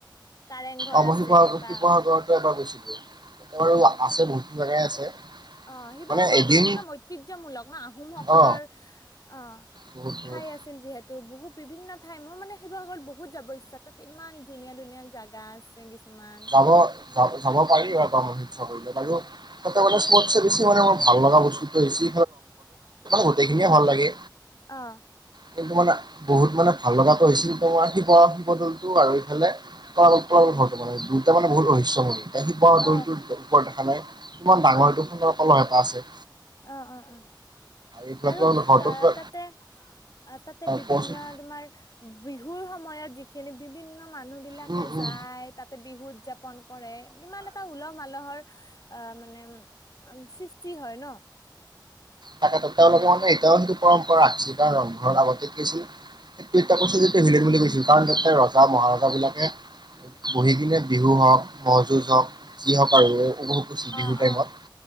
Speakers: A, on the left; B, on the right.
A: কাৰেং ঘৰ
B: অ মই
A: আছে
B: শিৱসাগ
A: বা
B: শিৱসাগৰতো এবাৰ গৈছিলো এ বাৰু আছে বহুতো জেগাই আছে।
A: অ শিৱসাগৰটো
B: মানে এদিন
A: একদম ঐতিহ্যমূলক ন আহোমসকলৰ
B: অ
A: অ
B: বহুত
A: ঠাই
B: বহুত
A: আছিল যিহে ত' বহুত বিভিন্ন ঠাই মোৰ মানে সেইবোৰ আগত বহুত যাব ইচ্ছা তাত ইমান ধুনীয়া ধুনীয়া জাগা আছে কিছুমান
B: যাব যাব যাব পাৰি আৰু কৰিলো সৱটছে বেছি মানে মোৰ ভাল লগা বস্তুত বেছি গোটেইখিনিয়ে ভাল লাগে
A: অ
B: কিন্তু মানে বহুত মানে ভাল লগাটো হৈছিল তোমাৰ শিৱ শিৱদ'লটো আৰু এইফালে তল তল ঘৰটো মানে দুইটা মানে বহুত ৰহস্যময়ী শিৱদৌলটোৰ
A: অ
B: ওপৰত দেখা নাই? ইমান ডাঙৰ
A: অ
B: এইটো সুন্দৰ কলহ এটা আছে।
A: অ অ অ
B: এইফালে
A: আৰু
B: তলাতল ঘৰটো
A: আহ
B: পুৰা
A: তাতে অ তাতে বিভিন্ন
B: কোৱাচোন
A: তোমাৰ বিহুৰ সময় সময়ত যিখিনি বিভিন্ন মানুহ বিলাকে
B: উম উম
A: যায় তাতে বিহু উদযাপ পন কৰে ইমান এটা উলহ মালহৰ অ মানে সৃষ্টি হয় ন।
B: তাকেত তেওঁলোকৰ মানে এতিয়াও সেইটো পৰম্পৰা ৰাখিছিল সেইটো এতিয়া যিটো
A: উম
B: হিলেন বুলি কৈছিলো কাৰণ তাতে ৰজা মহাৰজাবিলাকে বহি কিনে বিহু হওক ম'হ যুঁজ হওক যি হওক আৰু উপভোগ কৰিছিল বিহু
A: অ
B: টাইমত
A: অ